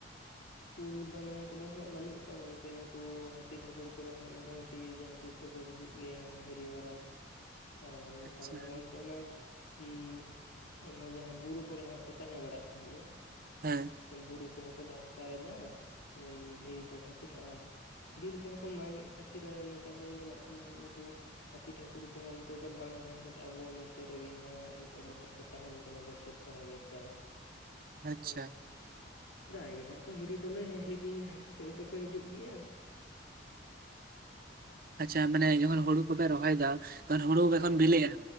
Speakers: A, on the left (about 90°); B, on the right (about 50°).
A: ᱩᱩᱞ ᱵᱟᱱᱟ ᱠᱚᱫᱚ ᱦᱟᱸᱜ ᱵᱟᱹᱱᱩᱜ ᱠᱚᱣᱟ ᱜᱚᱝᱠᱮ ᱱᱩᱠᱩ ᱦᱟᱹᱛᱤ ᱴᱷᱟᱹᱠᱩᱨ ᱠᱚᱫᱚ ᱦᱟᱸᱜ ᱢᱚᱴᱟᱢᱩᱴᱤ, ᱡᱟᱹᱛᱤ ᱡᱟᱦᱟᱸ ᱛᱤᱥ ᱨᱮᱠᱚ ᱦᱤᱡᱩᱜ ᱜᱮᱭᱟ ᱦᱤᱨᱤ ᱵᱟᱲᱟ,
B: <unintelligible>
A: ᱟᱨ ᱱᱮᱛᱟᱨ
B: ᱟᱪᱪᱷᱟ
A: ᱢᱟ ᱜᱚᱢᱠᱮ ᱚᱱᱟ, ᱦᱩᱸ ᱚᱱᱟ ᱡᱟᱦᱟᱸ ᱵᱩᱨᱩ ᱠᱚᱨᱮ ᱦᱟᱸᱜ ᱠᱚ ᱛᱟᱦᱮᱸ ᱵᱟᱲᱟᱜ ᱛᱟᱦᱮᱸᱜ-ᱟ,
B: ᱦᱮᱸ
A: ᱵᱩᱨᱩ ᱠᱚᱦᱚᱸ ᱠᱚ ᱫᱷᱟᱥᱠᱟᱣ ᱮᱫᱟ ᱫᱷᱤᱨᱤ ᱠᱚ ᱠᱷᱟᱹᱛᱤᱨ ᱟᱨ ᱵᱤᱨ ᱠᱚᱦᱚᱸ ᱠᱚ ᱢᱟᱜ ᱮᱫ ᱠᱷᱟᱹᱛᱤᱨ ᱱᱮᱛᱟᱨ ᱫᱚ ᱧᱮᱞᱚᱜ ᱠᱟᱱᱟ ᱦᱟᱸᱜ ᱱᱩᱠᱩ, ᱦᱟᱹᱛᱤ ᱴᱷᱟᱹᱠᱩᱨ ᱠᱚᱦᱚᱸ ᱚᱱᱛᱮ ᱫᱚ ᱵᱟᱝ ᱛᱟᱦᱮᱸ ᱠᱟᱱᱟ ᱟᱵᱚ ᱱᱚᱛᱮ ᱨᱮᱜᱮ ᱦᱟᱸᱜ ᱱᱮᱛᱟᱨ ᱫᱚ ᱦᱟᱸᱜ ᱠᱚ ᱛᱟᱦᱮᱸᱱ ᱠᱟᱱᱟ ᱵᱚᱪᱷᱚᱨ ᱥᱟᱨᱟᱜᱮ ᱯᱨᱟᱭ,
B: <unintelligible> ᱟᱪᱪᱷᱟ
A: ᱛᱚ ᱯᱨᱟᱭ ᱜᱮ ᱦᱟᱸᱜ- ᱦᱤᱨᱤ ᱫᱚᱞᱮ ᱦᱤᱨᱤ ᱫᱚᱠᱚ ᱦᱤᱡᱩᱜ ᱜᱮᱭᱟ,
B: ᱟᱪᱪᱷᱟ ᱢᱟᱱᱮ ᱡᱚᱠᱷᱚᱱ ᱦᱩᱲᱩ ᱠᱚᱯᱮ ᱨᱚᱦᱚᱭᱮᱫᱟ ᱛᱚᱠᱷᱚᱱ ᱦᱩᱲᱩ ᱡᱚᱠᱷᱚᱱ
A: ᱦᱮᱸ
B: ᱵᱤᱞᱤᱜᱼᱟ